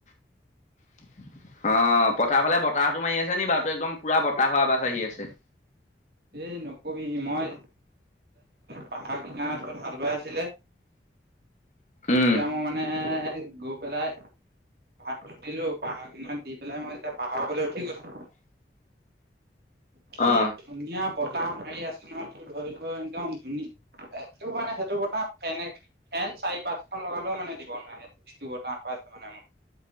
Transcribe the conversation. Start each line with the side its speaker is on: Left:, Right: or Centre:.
Left: <unintelligible> অ পথাৰ ফালে বতাহটো মাৰি আছে নি বাৰুতো একদম পুৰা বতাহৰ আৱাজ আহি আছে।
Right: এই নকবি মই পাহাৰ কিনাৰৰত হাল বাই আছিলে।
Left: <unintelligible>
Right: তেতিয়া
Left: উম
Right: মই মানে। গৈ পেলাই প দিলো পাহাৰ কেইমান দি পেলাই মই এতিয়া পাহাৰবলৈ উঠি গৈছো।
Left: <unintelligible>
Right: কি
Left: অ
Right: ধুনীয়া বতাহ। আছে ন ধৰি একদম ধুনীয়া সটো মানে সেইটো কথা ফেনে ফেন চাই। পাত খখন লগালেও মানে দিব নাই যিটো বাই আছে মানে মোৰ।